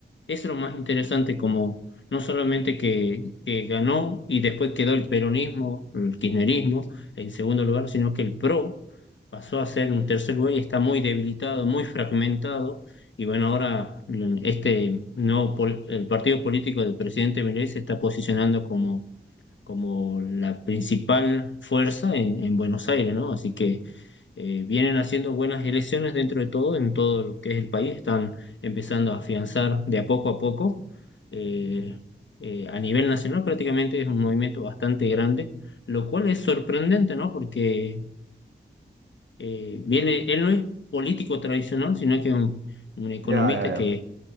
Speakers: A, on the left (about 75°); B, on the right (about 75°).
A: Eso es lo más interesante, como no solamente que, que ganó y después quedó el peronismo, el kirchnerismo en segundo lugar, sino que el PRO pasó a ser un tercer lugar y está muy debilitado, muy fragmentado. Y bueno, ahora este nuevo pol- el partido político del presidente Milei se está posicionando como como la principal fuerza en, en Buenos Aires, ¿no? Así que eh, vienen haciendo buenas elecciones dentro de todo, en todo lo que es el país, están empezando a afianzar de a poco a poco. eh, eh, a nivel nacional prácticamente es un movimiento bastante grande, lo cual es sorprendente, ¿no? Porque eh, viene, él no es político tradicional, sino que es un, un economista
B: Ya, ya, ya.
A: que